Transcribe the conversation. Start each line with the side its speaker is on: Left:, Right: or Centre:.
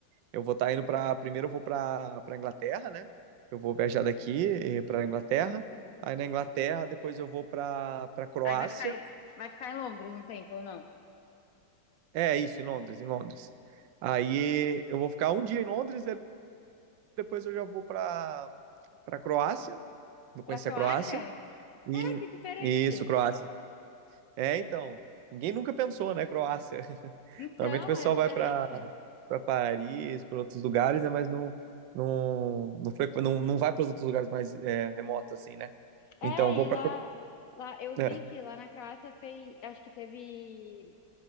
Right: Eu vou estar tá indo pra. Primeiro eu vou pra, pra Inglaterra, né? Eu vou viajar daqui eh, pra Inglaterra. Aí na Inglaterra, depois eu vou pra, pra Croácia.
Left: Aí vai ficar, aí- vai ficar em Londres um tempo ou não?
Right: É isso, em Londres, em Londres. Aí eu vou ficar um dia em Londres, aí depois eu já vou para para Croácia, vou
Left: Pra
Right: conhecer
Left: Croácia?
Right: a Croácia. E
Left: Caraca, que diferente!
Right: isso, Croácia. É, então, ninguém nunca pensou, né, Croácia. <laughs>
Left: Então,
Right: Normalmente o pessoal
Left: é diferente.
Right: vai para para Paris, para outros lugares, né, mas não não não, frequ- não, não vai para os outros lugares mais é, remotos assim, né?
Left: É,
Right: Então, vou
Left: e lá,
Right: para
Left: lá eu
Right: é.
Left: vi que lá na Croácia fez, acho que teve,